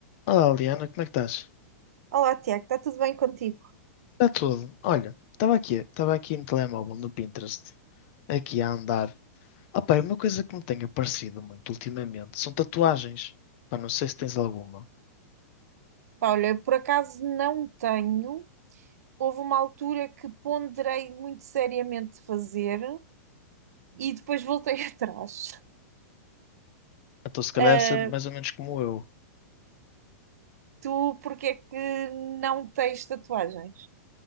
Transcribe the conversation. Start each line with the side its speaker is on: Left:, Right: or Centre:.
Left: Olá, Liana, como é que estás?
Right: Olá, Tiago, está tudo bem contigo?
Left: Está tudo. Olha, estava aqui, estava aqui no telemóvel, no Pinterest, aqui a andar. Opa, uma coisa que me tem aparecido muito ultimamente são tatuagens. Pá, não sei se tens alguma.
Right: Pá, Olha, por acaso não tenho. Houve uma altura que ponderei muito seriamente fazer e depois voltei <laughs> atrás.
Left: Então se calhar
Right: Ah,
Left: deve ser mais ou menos como eu.
Right: tu, porque é que não tens tatuagens?